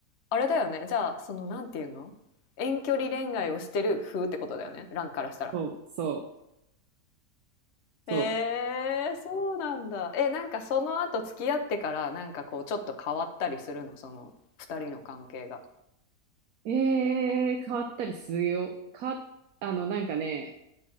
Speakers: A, on the left; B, on the right.
A: あれだよね。じゃあ、その、なんていうの遠距離恋愛をしてる風ってことだよね。ランからしたら。
B: そうそうそう。
A: えー、そうなんだ。え、なんかその後付き合ってから、なんかこう、ちょっと変わったりするの、その、二人の関係が。
B: ええ変わったりするよ。変わっ、あの、なんかね、